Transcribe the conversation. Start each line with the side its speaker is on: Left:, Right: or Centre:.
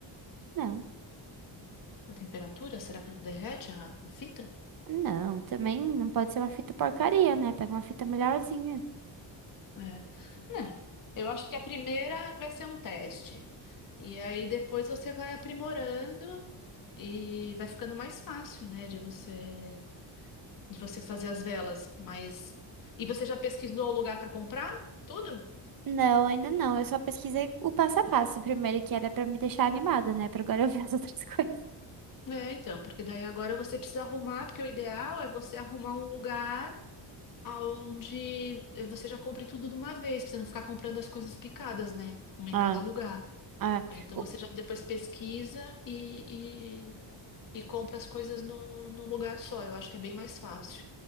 Right: Não,
Left: A temperatura? Será que não derrete a, a fita?
Right: não, também não pode ser uma fita porcaria, né? Pega uma fita melhorzinha.
Left: É. Não. Eu acho que a primeira vai ser um teste. E aí depois você vai aprimorando e vai ficando mais fácil, né, de você de você fazer as velas, mas e você já pesquisou o lugar para comprar? Tudo?
Right: Não, ainda não. Eu só pesquisei o passo a passo primeiro, que era pra me deixar animada, né? Pra agora <laughs> eu ver as <laughs> outras coisas.
Left: É, então, porque daí agora você precisa arrumar, porque o ideal é você arrumar um lugar aonde eh, você já compre tudo de uma vez, pra você não ficar comprando as coisas picadas, né? Uma em
Right: Ah,
Left: cada lugar.
Right: Ah,
Left: Aí, Então
Right: o-
Left: você já depois pesquisa e, e, e compra as coisas no, num lugar só. Eu acho que é bem mais fácil.